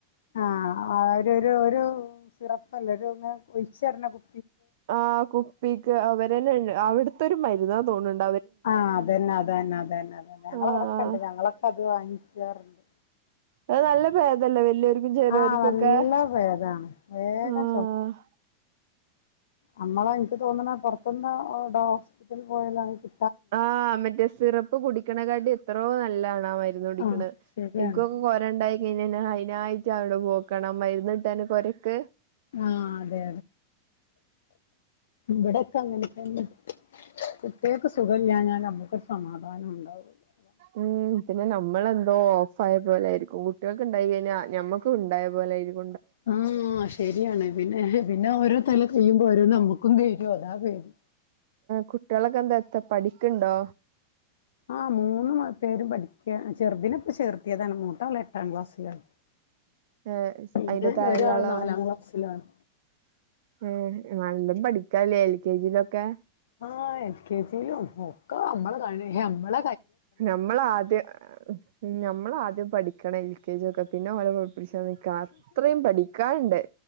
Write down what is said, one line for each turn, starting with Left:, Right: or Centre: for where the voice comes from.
Left: ആഹ ഒരു ഒരു സിറപ്പല്ല ഒരുച്ചറിഞ്ഞ കു
Right: ആ കുപ്പിക്ക് അവരന്നെ അവിടുത്തെ ഒരു മരുന്ന തോണണ്ട്
Left: ആഹ് അതന്നെ അതന്നെ അതന്നെ അതന്നെ ഞങ്ങളവ്ടൊക്കെ
Right: ആഹ്
Left: ഉണ്ട് ഞങ്ങളൊക്കെ അത് വാങ്ങിക്കാറുണ്ട്
Right: അത് നല്ല ഭേദല്ല വല്യ ഓൽകും ചെറ്യോൽക്കൊക്കെ
Left: ആഹ് നല്ല ഭേദാണ് വേഗം
Right: ആഹ
Left: നമ്മള എനിക്ക് തോന്നണ പൊറത്ത്ന്ന് ഹോസ്പിറ്റലിൽ പോയലാണ് കി
Right: ആഹ മറ്റേ സിറപ്പ് കുടിക്കണക്കാട്ടി എത്രോ നല്ലാണ് കാ മയിരുന്നുടക്കെണെ
Left: ആഹ്
Right: ക്കിക്കൊ
Left: ശരിയാണ്
Right: കൊരണ്ടഴിഞ്ഞ്യ അയ്നായിട്ട് അവിടെ പോക്കണം മരുന്ന്ട്ടാന് കൊരക്ക്
Left: ആഹ് അതെ വിടക്ക അങ്ങനത്തന്നെ കുട്ട്യാക്ക് സുഖല്ലാഞ്ഞാൽ നമ്മുക്കരു സമാധാനം ഉണ്ടാവുല്ല അതാണ്
Right: ഉം പിന്നെ നമ്മളെന്തോ ഓഫ് ആയ പോലൊയിരിക്കും കുട്ടികൾക്ക്ണ്ടായി കഴിഞ്ഞാൽ ഞമ്മക്കണ്ടായ പോലെ ആയ്രിക്കും
Left: ആ ശരിയാണ് പിന്നെ പിന്നെ ഓരോ തല കഴിയുമ്പോ ഓരോ നമ്മുക്കും തരും അതാ പേടി
Right: കുട്ടികളൊക്കെ എന്താ എത്താ പഠിക്കണ്ടോ
Left: ആ മൂന്ന് പേരും പഠിക്ക ചെറുദനപ്പ ചേർത്തിയതാണ് മൂത്താള് എട്ടാം ക്ലാസ്സിലാണ്
Right: ഏ
Left: പിന്നെ
Right: അതിന്റെ താഴെള്ള
Left: ഒരാള്
Right: ആളോ
Left: നാലാം ക്ലാസ്സിലാണ്
Right: ഉം നാലോണമ് പഠിക്കാലേ എൽ കെ ജിലൊക്കെ
Left: ആ എൽ കെ ജിയിലും ഒക്കെ നമ്മള് കഴി- നമ്മള
Right: നമ്മള ആദ്യം നമ്മൾ ആദ്യം പഠിക്കണം എൽ കെ ജി ഒക്കെ പിന്നെ ഓലെ പഠി പ്പ്ച്ചാൻ നിക്കാ അത്രയും പഠിക്കാന്ണ്ട്